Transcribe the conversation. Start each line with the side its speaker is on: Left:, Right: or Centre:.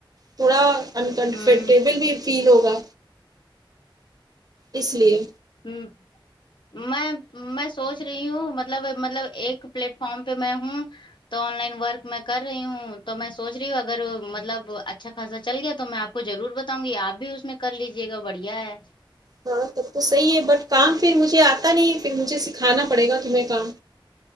Right: تھوڑا انکمفرٹیبل
Left: ہوں
Right: بھی فیل ہوگا اس لیے
Left: ہوں میں میں سوچ رہی ہوں مطلب مطلب ایک پلیٹ فارم پہ میں ہوں تو آن لائن ورک میں کر رہی ہوں تو میں سوچ رہی ہوں اگر مطلب اچھا خاصہ چل گیا تو میں آپ کو ضرور بتاؤں گی آپ بھی اس میں کر لیجیے گا بڑھیا ہے
Right: ہاں تب تو صحیح ہے بٹ کام پھر مجھے آتا نہیں پھر مجھے سکھانا پڑے گا کہ کام